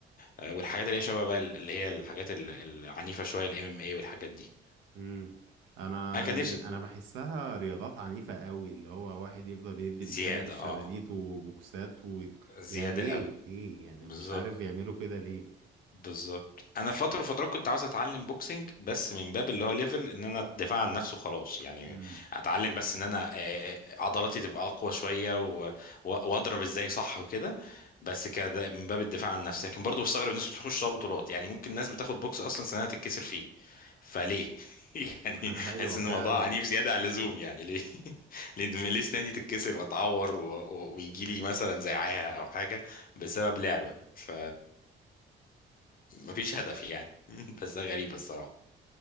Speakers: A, on the left (about 45°); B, on the right (about 80°).
A: آه، والحاجات اللي هي شبه بقى ال- اللي هي الحاجات ال- العنيفه شويه الام ام اي والحاجات دي
B: امم انا
A: انا كان
B: يعني
A: نفسي
B: انا بحسها رياضات عنيفة قوي اللي هو واحد يفضل يدي للتاني
A: زياده
B: بالشلاليت
A: اه
B: وبوكسات و...
A: زياده
B: يا ليه
A: قوي
B: ليه يعني
A: بالظبط
B: مش عارف يعملوا كده ليه
A: بالظبط انا فتره فترات كنت عاوز اتعلم بوكسنج بس من باب اللي هو ليفل ان انا ادافع عن نفسي وخلاص يعني
B: امم
A: اتعلم بس ان انا آه، عضلاتي تبقى اقوى شويه و- و- واضرب ازاي صح وكده بس كده من باب الدفاع عن نفسي لكن برضه بستغرب الناس بتخش لها بطولات يعني ممكن الناس بتاخد بوكس اصلا سنه تتكسر فيه فليه <laughs> يعني
B: <laughs> ايوه
A: حاسس ان
B: فعلا
A: الموضوع عنيف زياده عن اللزوم يعني ليه <laughs> ليه ليه اسناني تتكسر واتعور و... و... ويجي لي مثلا زعاها او حاجه بسبب لعبه ف... مفيش هدف يعني <laughs> بس ده غريب الصراحة